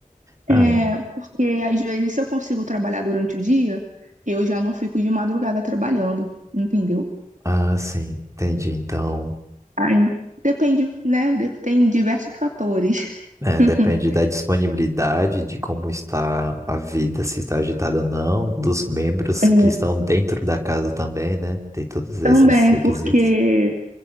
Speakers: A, on the right; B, on the right.
A: Ah,
B: é,
A: en-
B: porque às vezes se eu consigo trabalhar durante o dia, eu já não fico de madrugada trabalhando, entendeu?
A: ah, sim, entendi. Então,
B: Aí, depende, né? de- Tem diversos fatores.
A: é,
B: <laughs>
A: depende da disponibilidade, de como está a vida, se está agitada ou não, dos membros
B: É,
A: que estão dentro da casa também, né? Tem todos esses
B: também
A: requisitos.
B: porque